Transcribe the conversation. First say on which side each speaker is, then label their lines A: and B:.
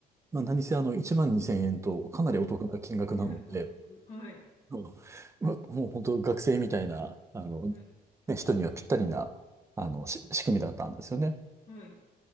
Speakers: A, on the right; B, on the left.
A: まあ、何せあの、1万2千円とかなりお得な金額なので、
B: ね、お得。はい。
A: うんまあもう本当学生みたいな、あの、
B: はい。
A: ね、人にはぴったりな、あの、
B: うんうん
A: し仕組みだったんですよね。
B: うん。はい。